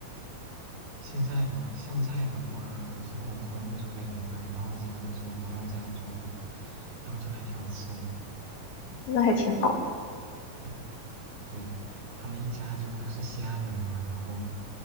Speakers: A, on the right; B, on the left.
A: 现在嘛，现在的话，我是跟我朋友住在一块，然后基本都是我朋友在做饭，他们做的还挺好吃的。
B: 那还挺好的。
A: 嗯，对，他们一家就都是西安人嘛，然后，